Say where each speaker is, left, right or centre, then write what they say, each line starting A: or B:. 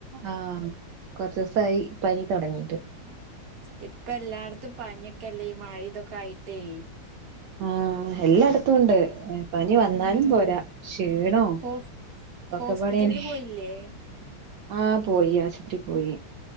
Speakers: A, on the right; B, on the right.
A: ആഹ് കൊർച്ച്സായി പനി തൊടങ്ങീട്ട്
B: അഹ് ഇപ്പല്ലായിടത്തും പന്യൊക്കെല്ലേ ഈ മഴി തൊക്കായിട്ടേ
A: ആഹ് എല്ലടത്തൂണ്ട് പനി വന്നാലും
B: ഉം
A: പോരാ, ക്ഷീണോ
B: ഹോസ് ഹോസ്പിറ്റലില്
A: ഒക്കെപ്പാടേണ്
B: പോയില്ലേ
A: ആഹ് പോയി ആശുപത്രി പോയി